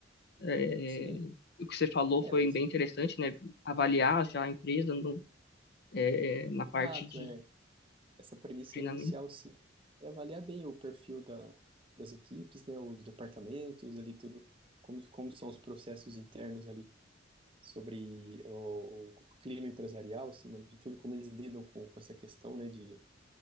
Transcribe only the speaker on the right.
Sim,
é,
exato,
é. Essa premissa
inicial, sim, é avaliar bem o perfil da, das equipes, né, os departamentos ali, tudo, como, como são os processos internos ali sobre o, o clima empresarial, acima de tudo, como eles lidam com, com essa questão, né, de,